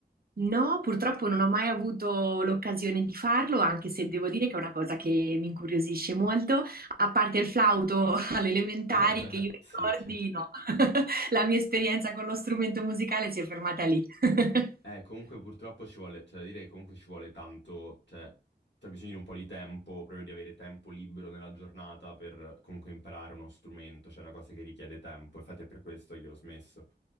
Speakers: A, on the right (about 60°); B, on the left (about 85°).
A: No, purtroppo non ho mai avuto l'occasione di farlo, anche se devo dire che è una cosa che mi incuriosisce molto, a parte il flauto <laughs> alle elementari
B: <laughs>
A: che io ricordi,
B: Sì, chiaro.
A: no, <laughs> la mia esperienza con lo strumento musicale si è fermata lì. <laughs>
B: Eh, comunque purtroppo ci vuole, cioè da dire che comunque ci vuole tanto, cioè c'è bisogno di un po' di tempo, proprio di avere tempo libero nella giornata per comunque imparare uno strumento, cioè è una cosa che richiede tempo, infatti è per questo che ho smesso.